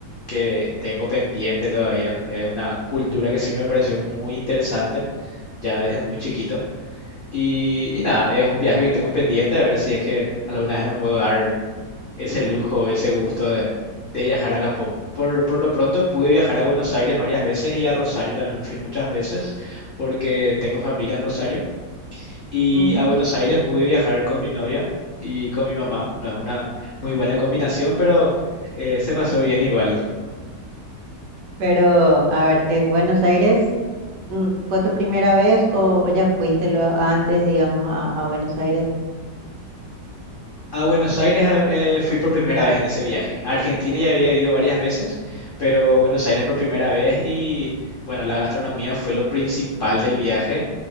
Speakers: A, on the left; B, on the right.
A: que tengo pendiente todavía. Es una cultura que siempre me pareció muy interesante, ya desde muy chiquito. Y, y nada, es un viaje que tengo pendiente, a ver si es que alguna vez me puedo dar ese lujo, ese gusto de, de viajar a Japón. Por, por lo pronto pude viajar a Buenos Aires varias veces y a Rosario también fui muchas veces porque tengo familia en Rosario. Y
B: Ujú.
A: a Buenos Aires pude viajar con mi novia y con mi mamá. No es una muy buena combinación, pero eh, se pasó bien igual.
B: Pero, a ver, eh, Buenos Aires, mm, ¿fue tu primera vez o, o ya fuiste luego antes, digamos, a, a Buenos Aires?
A: A Buenos Aires a- eh, fui por primera vez en ese viaje. A Argentina ya había ido varias veces, pero Buenos Aires por primera vez y bueno, la gastronomía fue lo principal del viaje.